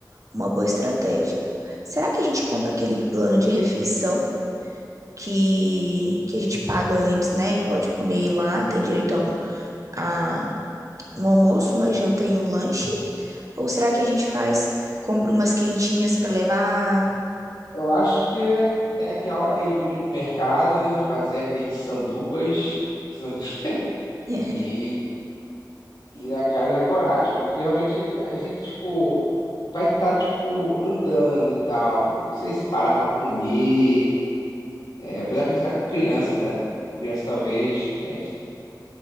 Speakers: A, on the right; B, on the left.
A: uma boa estratégia. Será que a gente compra aquele plano de refeição? que, que a gente paga antes, né? E pode comer lá, tem direito a um, a um almoço, uma janta e um lanche? Ou será que a gente faz, compra umas quentinhas pra levar?
B: Eu acho que é, é aquela, aquele pulinho no mercado, né? Fazer aqueles sandubas, sandu- <laughs>
A: <laughs>
B: e e na cara e na coragem, porque realmente a gente, tipo, vai estar, tipo, andando e tal. Não sei se parar pra comer. É, apesar que a gente tá com criança, né? Com criança, talvez, a gente